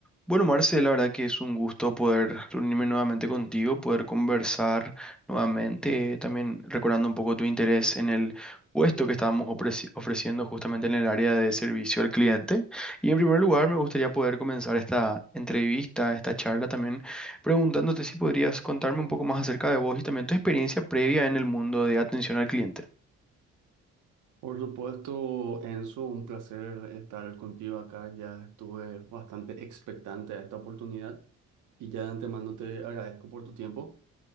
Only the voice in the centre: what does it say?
Bueno, Marce, la verdad que es un gusto poder reunirme nuevamente contigo, poder conversar nuevamente, eh, también recordando un poco tu interés en el puesto que estábamos ofreci- ofreciendo justamente en el área de servicio al cliente. Y en primer lugar, me gustaría poder comenzar esta entrevista, esta charla también, preguntándote si podrías contarme un poco más acerca de vos y también tu experiencia previa en el mundo de atención al cliente.